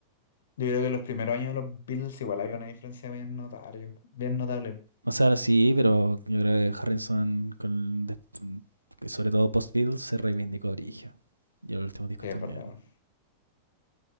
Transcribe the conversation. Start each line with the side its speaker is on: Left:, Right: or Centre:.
Left: Yo creo que los primeros años de los Beatles igual había una diferencia bien notable. Bien notable.
Right: O sea, sí, pero yo creo que Harrison, con, des- sobre todo post-Beatles, se reivindicó origen. Y los últimos discos
Left: Sí,
Right: también.
Left: es verdad, bueno,